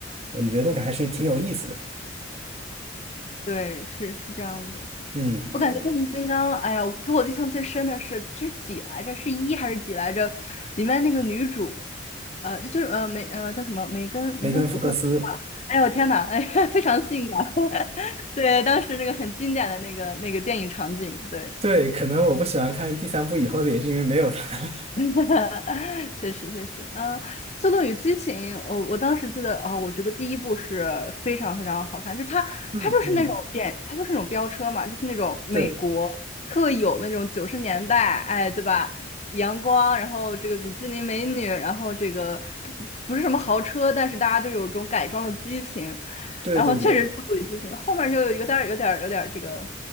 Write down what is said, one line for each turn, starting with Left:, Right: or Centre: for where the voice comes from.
Right: 你觉得那个还是挺有意思的。
Left: 对，是是这样的。
Right: 嗯，
Left: 我感觉变形金刚，哎呀，我给我印象最深的是，这是几来着？是一还是几来着？里面那个女主，呃，就是呃梅呃叫什么梅根梅根福克斯吧？
Right: 梅根福克斯，
Left: 哎呦我天呐，哎，<laughs> 非常性感。<laughs> 对，当时那个很经典的那个那个电影场景，对。
Right: 对，可能我不喜欢看第三部以后的，也是因为没有他。
Left: <laughs> 确实确实，嗯，《速度与激情》，我我当时记得啊、我觉得第一部是非常非常好看，就是它它就是那种电，
Right: <laughs> 嗯嗯，
Left: 它就是那种飙车嘛，就是那种美国特有那种九十年代，
Right: 对
Left: 哎，对吧？阳光，然后这个比基尼美女，然后这个它不不是什么豪车，但是大家就是有这种改装的激情，
Right: 对对对。
Left: 然后确实《速度与激情》后面就有点儿有点儿有点儿这个